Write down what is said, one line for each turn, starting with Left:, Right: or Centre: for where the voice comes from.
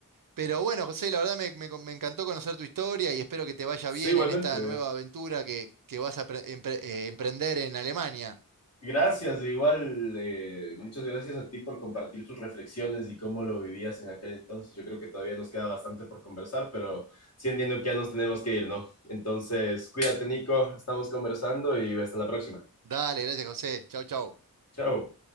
Right: Pero bueno, José, la verdad me, me- me encantó conocer tu historia y espero que te vaya
Left: Sí,
Right: bien
Left: igualmente.
Right: en esta nueva aventura que, que vas a pre- empre- eh, emprender en Alemania.
Left: Gracias, de igual, eh, muchas gracias a ti por compartir tus reflexiones y cómo lo vivías en aquel entonces. Yo creo que todavía nos queda bastante por conversar, pero sí entiendo que ya nos tenemos que ir, ¿no? Entonces, cuídate, Nico, estamos conversando y hasta la próxima.
Right: Dale, gracias, José. Chau, chau.
Left: Chao.